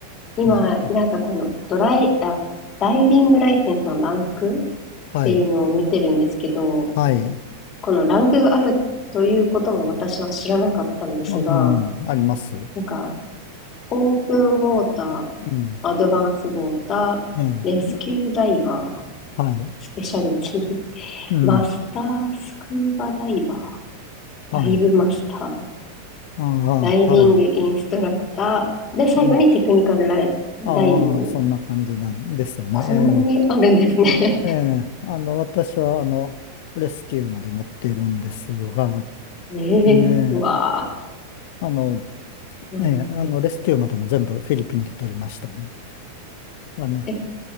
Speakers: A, on the left (about 30°); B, on the left (about 50°).
A: 今、
B: うん
A: なんかこのドライ、あ、ダイビングライセンスのランクっていうのを見てるんですけど、
B: はい。はい。
A: このランクがあるということも私は知らなかったんですが、
B: うん。あります。
A: なんかオープンウォーター、
B: うん。
A: アドバンスウォーター、
B: ええ。
A: レスキューダイバー、
B: はい。
A: スペシャリティ、
B: うん。
A: マスタースクーバダイバ
B: はい。
A: ー、ダイブマスター、
B: あ
A: ダイビングインストラクター、
B: あ、はい。
A: で、最後にテクニカルライダイビング。
B: うんああ、そんな感じなんですよね。
A: こんなにあるんですね。
B: ええ、ええ、あの、私は、あの、レスキューまで持っているんですが、
A: <laughs> ねえ、
B: ねえ、
A: うわあ。
B: あの、
A: うん。
B: ええ、あの、レスキューまでも全部フィリピンで取りましたね。だね、
A: え、